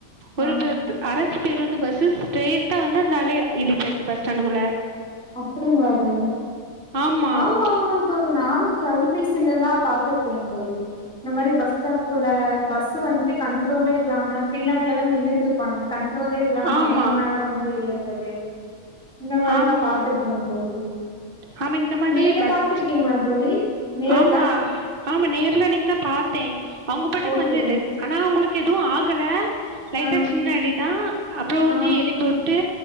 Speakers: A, on the right (about 40°); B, in the centre.
A: ஒரு
B: ஆ
A: <unintelligible> அரசு பேருந்து பஸு ஸ்ட்ரைட்டா வந்து அந்த ஆளய இடிச்சாச்சு பஸ் ஸ்டாண்டுக்குள்ள
B: அப்படிங்களா தோழி
A: ஆமாம்
B: ஆமாமாங் தோழி நானும் தொலைபேசி எல்லா பாத்துருக்கேன் தோழி இந்த மாரி பஸ் ஸ்டாப் குள்ள பஸ் வந்துட்டு கண்ட்ரோலே இல்லாம பின்னாடி எல்லா நின்னுட்டு இருப்பாங்க கண் திருவவே இல்லாம
A: ஆமாம்
B: அவங்க மேல வந்து ஏ என்னாது இந்த மாரி
A: ஆமாம்
B: தா எனங்தோழி
A: ஆமாம் இந்த மாதிரி
B: நீங்க
A: பஸ்
B: பாத்திருக்கீங்களா தோழி நேர்ல
A: ஆமா ஆமா நேர்ல அன்னைக்கு நா பாத்தே அவுங்க பட்டுக்கு
B: ஓகே
A: வந்தது ஆனா உங்களுக்கு எதுவும் ஆக கல லைட்டா
B: ஆ
A: சின்ன அடிதா அப்புறோ
B: ஆ
A: வந்து எழுப்பி வுட்டு